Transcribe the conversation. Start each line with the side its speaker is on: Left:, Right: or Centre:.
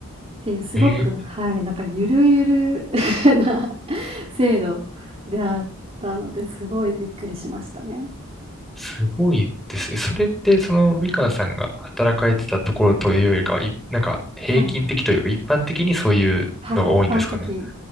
Right: ていう、すごく、
Centre: <laughs> えー
Right: はい、なんかゆるゆる <laughs> な制度であったので、すごいびっくりしましたね。
Centre: すごいですね。それって、その、みかんさんが働かれてたところというよりかは、
Right: はい。
Centre: い、なんか、平均的というか、
Right: はい。
Centre: 一般的にそういうのが多いんですかね。
Right: はい、一般的。